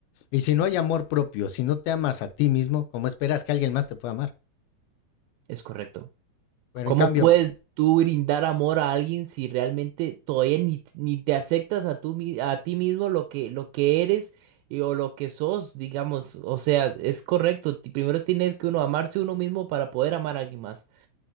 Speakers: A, on the left (about 85°); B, on the right (about 85°).
A: Y si no hay amor propio, si no te amas a ti mismo, ¿cómo esperas que alguien más te pueda amar?
B: Es correcto.
A: Pero
B: ¿Cómo
A: en cambio,
B: puedes tú brindar amor a alguien si realmente todavía ni, ni te aceptas a, tú, mi- a ti mismo lo que, lo que eres y- o lo que sos, digamos? O sea, es correcto. ti- Primero tienes que uno amarse uno mismo para poder amar a alguien más.